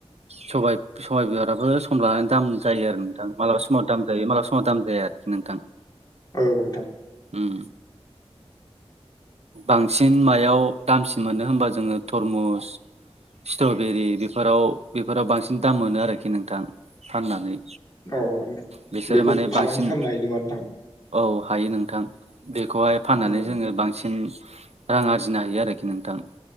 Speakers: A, on the right (about 80°); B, on the left (about 35°).
A: सबाय- बे समाय बिबाराबो सम लानानै दाम जायो आरो नोंथां मालाबा समाव दाम जायो मालाबा समाव दाम जाया आरोखि नोंथां।
B: औ नोंथां
A: उम बांसिन मायाव दामसिन मोनो होनबा जोङो तरमुस स्ट्रबेरि बेफोराव बेफोराव बांसिन दाम मोनो आरोखि नोंथां फाननानै।
B: औ
A: बिसोरो
B: बेखौ
A: माने
B: फालांगि
A: बांसिन
B: खालामनो हायो नङा नोंथां।
A: औ हायो नोंथां बेखौहाय फाननानै
B: औ
A: जोङो बां- सिन रां आरजिनो हायो आरोखि नोंथां।